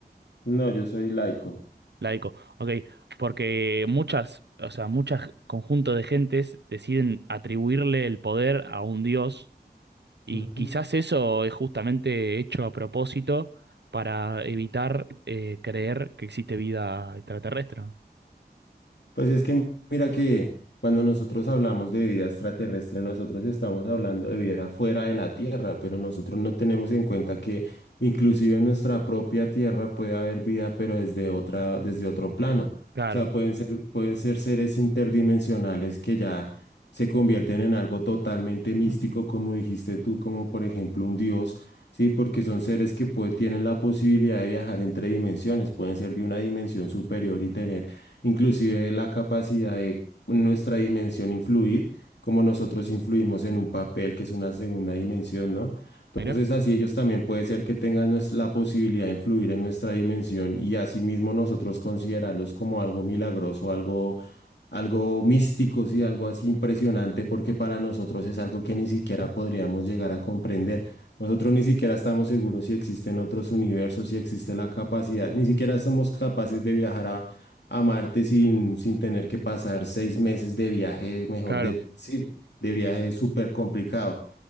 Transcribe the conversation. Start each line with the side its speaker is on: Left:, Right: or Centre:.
Left: no, yo soy laico.
Right: Laico, ok, porque muchas, o sea, muchos conjuntos de gentes deciden atribuirle el poder a un dios y
Left: Ujú.
Right: quizás eso es justamente hecho a propósito para evitar eh, creer que existe vida extraterrestre. ¿no?
Left: Pues es que mira que cuando nosotros hablamos de vida extraterrestre, nosotros estamos hablando de vida fuera de la Tierra, pero nosotros no tenemos en cuenta que inclusive en nuestra propia Tierra puede haber vida, pero desde otra, desde otro plano.
Right: Claro,
Left: O sea, pueden ser, pueden ser seres interdimensionales que ya se convierten en algo totalmente místico, como dijiste tú, como por ejemplo un dios. Sí, porque son seres que pue- tienen la posibilidad de viajar entre dimensiones, pueden ser de una dimensión superior y tener inclusive la capacidad de nuestra dimensión influir, como nosotros influimos en un papel que es una segunda dimensión, ¿no? Entonces
Right: mira,
Left: así ellos también puede ser que tengan nues- la posibilidad de influir en nuestra dimensión y asimismo nosotros considerarlos como algo milagroso, algo algo místico, sí, algo así impresionante, porque para nosotros es algo que ni siquiera podríamos llegar a comprender. Nosotros ni siquiera estamos seguros si existen otros universos, si existe la capacidad, ni siquiera somos capaces de viajar a, a Marte sin, sin tener que pasar seis meses de viaje, mejor
Right: claro,
Left: de, sí, de viaje súper complicado.